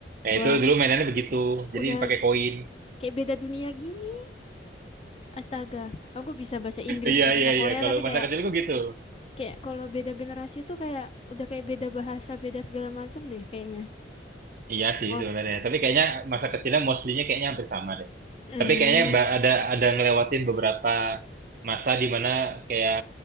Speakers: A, on the right; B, on the left.
A: Nah,
B: wah
A: itu dulu mainannya begitu.
B: udah
A: Jadi pakai koin.
B: kayak beda dunia gini astaga aku bisa bahasa Inggris
A: Iya
B: bisa bahasa
A: iya
B: Korea
A: iya. Kalau
B: tapi
A: masa
B: kayak
A: kecilku gitu.
B: kayak kalau beda generasi tuh kayak udah kayak beda bahasa beda segala macam deh kayaknya
A: Iya sih
B: wah
A: sebenarnya. Tapi kayaknya masa kecilnya mostly-nya kayaknya hampir sama deh.
B: hmm
A: Tapi kayaknya ba- ada ada ngelewatin beberapa masa di mana kayak